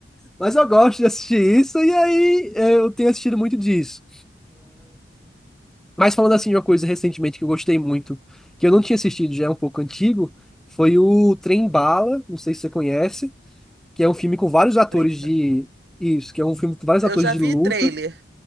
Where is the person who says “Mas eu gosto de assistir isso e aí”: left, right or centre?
Centre